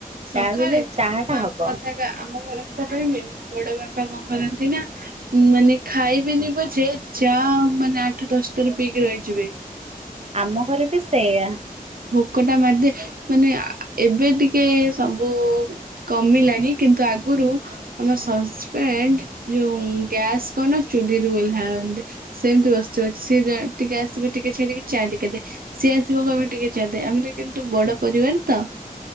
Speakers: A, on the right; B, on the right.
A: ସଖାଳେ
B: ଯାହା ବି ହେଲେ
A: ମୁଁ
B: ଚାହା ଟା
A: ଆମ
B: ହବ
A: କଥା ଆମ ଘର କଥା କହିବି। ମୁଁ ବଡ ବାପା କଣ କରନ୍ତି ନା ମାନେ ଖାଇବେନି ପଛେ। ଚା ମାନେ ଆଠ ଦଶ ଥର ପିଇକି ରହିଯିବେ।
B: ଆମ ଘରେ ବି ସେଇଆ।
A: ଭୋକଟା ମାରିଦିଏ ମାନେ ଆ ଏବେ ଟିକେ ସବୁ କମି ଲାଣି କିନ୍ତୁ ଆଗରୁ ଆମ ସସ୍ପେଣ୍ଡ ଯୋଉ ଗ୍ୟାସ୍ କନ ଚୁଲିରୁ ଓହ୍ଲାନ୍ତି ସେମିତି ବସଥିବ ସିଏ ଯା ଟିକେ ଆସିବେ ଟିକେ ଛାଡିକି ଚା ଟିକେ ଦେ ସିଏ ଆସିବ କହିବ ଟିକେ ଚା ଦେ ଆମେ ଟିକେ କିନ୍ତୁ ବଡ ପରିବାର ତ